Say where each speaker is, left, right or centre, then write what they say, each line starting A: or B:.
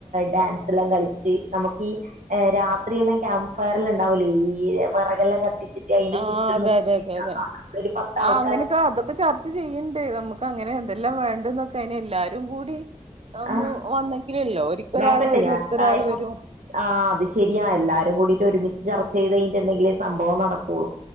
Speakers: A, on the right; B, on the right.
A: ഡാൻസ് എല്ലാം കളി ച്ച് നമുക്ക് ഈ ഏഹ് രാത്രിയെല്ലാം ക്യാമ്പ് ഫയറൽ ഇണ്ടാവൂലേ ഈ വിറകെല്ലാം കത്തിച്ച് അതിന്റെ
B: ആഹ്
A: ചുറ്റും
B: അതെ
A: <inaudible> അങ്ങൻത്തൊരു
B: അതെ അതെ അതെ
A: പത്താൾക്കാര്
B: ആഹ് അങ്ങനെയൊക്കെ അതൊക്കെ ചർച്ച ചെയ്യ്ണ്ട്നമക്ക് അങ്ങനെ എന്തെല്ലാം വേണ്ടേന്നൊക്കെ അയിനു എല്ലാരും കൂടി ഒന്ന്
A: ആ
B: വന്നെങ്കിലല്ലോ ഒരിക്ക
A: നോക്കട്ടെ
B: ഒരാൾ വരും
A: ഞാൻ
B: ഒരിക്കൊരാള്
A: എന്തായാലും
B: വരും
A: ആ അത് ശരിയാ എല്ലാരും കൂടിയിട്ട് ഒരുമിച്ച് ചർച്ച ചെയ്ത് കഴിഞ്ഞിട്ടുണ്ടെങ്കിലേ സംഭവം നടക്കൊള്ളൂ